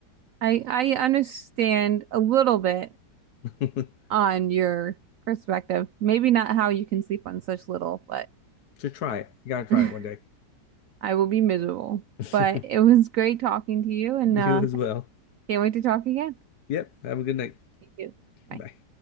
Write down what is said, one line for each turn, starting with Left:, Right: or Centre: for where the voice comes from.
Right: I I understand a little bit
Left: <laughs>
Right: on your perspective. Maybe not how you can sleep on such little, but
Left: so try it. You gotta try
Right: <laughs>
Left: it one day.
Right: I will be miserable.
Left: <laughs>
Right: But it was great talking to you, and
Left: you
Right: uh,
Left: as well.
Right: can't wait to talk again.
Left: Yep. Have a good night.
Right: Thank you. Bye.
Left: Bye.